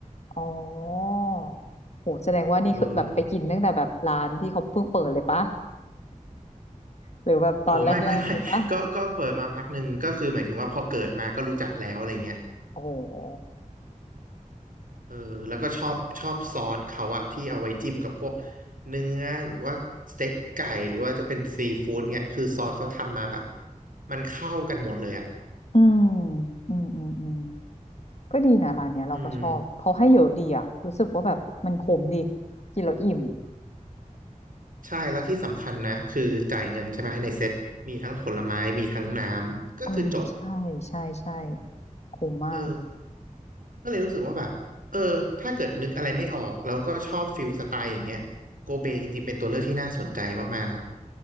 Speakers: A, on the left; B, on the right.
A: อ๋อโหแสดงว่านี่คือแบบไปกินตั้งแต่แบบร้านที่เขาเพิ่งเปิดเลยปะ
B: เออ
A: หรือแบบตอนแรกๆเลยปะ
B: โอ้ไม่ไม่ไม่ <laughs> ก็ก็เปิดมาพักหนึ่งก็คือหมายถึงว่าพอเกิดมาก็รู้จักแล้วอะไรเงี้ย
A: โอ้โห
B: เออแล้วก็ชอบชอบซอสเขาอะที่เอาไว้จิ้มกับพวกเนื้อหรือว่าสเต็กไก่หรือว่าจะเป็นซีฟู้ดเงี้ยคือซอสเขาทำมาแบบมันเข้ากันหมดเลยอะ
A: อืมอืมอืมอืม ก็ดีนะร้านเนี้ยเราก็ชอบเขาให้เยอะดีอะรู้สึกว่าแบบมันคุ้มดี
B: อืม
A: กินแล้วอิ่ม
B: ใช่แล้วที่สำคัญนะคือจ่ายเงินใช่ไหมในเซ็ตมีทั้งผลไม้มีทั้งน้ำก็คือจบ
A: เออใช่ใช่ใช่คุ้มมาก
B: เออก็เลยรู้สึกว่าแบบเออถ้าเกิดนึกอะไรไม่ออกแล้วก็ชอบฟิลสไตล์อย่างเงี้ยโกเบจริงๆเป็นตัวเลือกที่น่าสนใจมากๆนะครับ